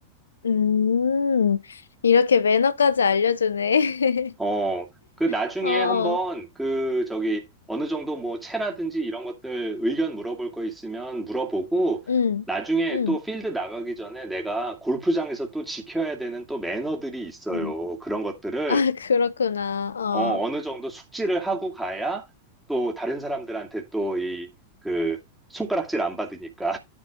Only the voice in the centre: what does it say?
어, 그 나중에
한번 그 저기 어느 정도 뭐 채라든지 이런 것들 의견 물어볼 거 있으면 물어보고
나중에
또 필드 나가기 전에 내가 골프장에서 또 지켜야 되는 또 매너들이 있어요.
그런 것들을
어, 어느 정도 숙지를 하고 가야 또 다른 사람들한테 또 이 그 손가락질 안 받으니까.